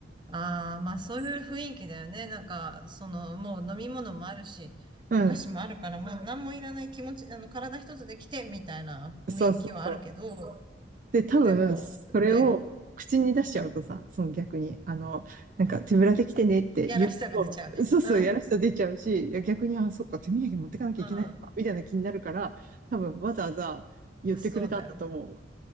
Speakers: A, on the right; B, on the right.
A: ああ、まあそういう雰囲気だよね。なんか、その、もう飲み物もあるし、
B: うん。
A: お菓子もあるから、もう何もいらない気持ち、あの、体一つで来て、みたいな雰囲気はあるけど、
B: そうそうそう。で、多分、
A: でも、
B: それを口に出しちゃうとさ、
A: ね、
B: その逆に、あの、なんか手ぶらで来てねって言うと、
A: やらしさが出ちゃうね。
B: そうそう、
A: うん、
B: やらしさ出ちゃうし、いや逆に、あ、そっか、手土産持ってかなきゃいけないのか、
A: う
B: みたいな気になるから、多分わざわざ言ってくれたんだと思
A: ん、そうだよね。